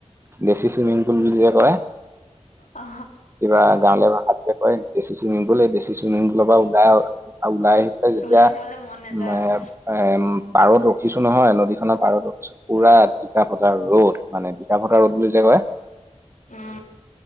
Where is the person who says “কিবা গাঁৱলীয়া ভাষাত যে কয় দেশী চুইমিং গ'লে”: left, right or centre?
Right